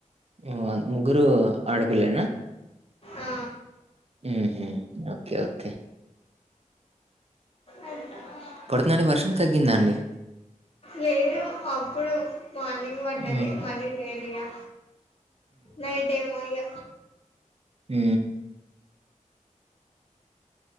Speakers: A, on the right (about 50°); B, on the left (about 45°).
A: ఉ ముగ్గురు ఆడపిల్లలే నా
B: ఆ
A: ఉహు ఓకే ఓకే
B: అ ట్
A: పడుతుందడి వర్షం తగ్గిందండి
B: లేదు అప్పుడు మార్నింగ్ పడ్డది
A: ఉహుం.
B: మళ్ళీ లేదుఈగా నైట్ ఏమో ఇగ
A: ఉ